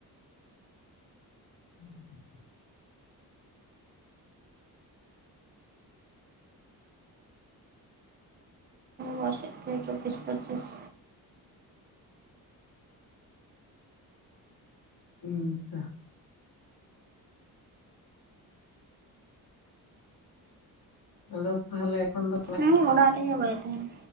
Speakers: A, on the left (about 70°); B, on the right (about 25°).
A: <inaudible>
B: ᱵᱟᱨᱥᱮᱫ ᱛᱮ ᱪᱚᱵᱵᱤᱥ ᱯᱚᱸᱪᱤᱥ
A: ᱩᱱᱛᱟ ᱟᱫᱚ ᱛᱟᱦᱚᱞᱮ ᱮᱠᱷᱚᱱ ᱫᱚ
B: ᱦᱮᱸ ᱚᱲᱟᱜ ᱨᱮᱜᱮ ᱵᱟᱭ ᱛᱟᱦᱮᱱᱟ